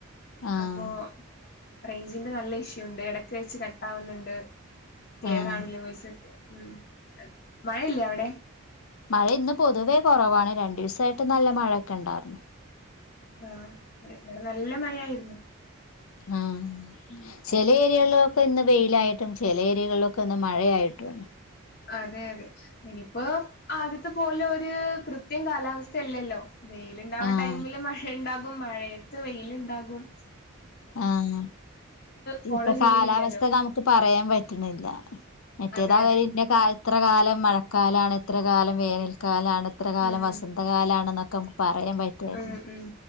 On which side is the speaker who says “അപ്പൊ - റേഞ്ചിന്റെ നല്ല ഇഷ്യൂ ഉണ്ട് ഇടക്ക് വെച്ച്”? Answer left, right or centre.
Left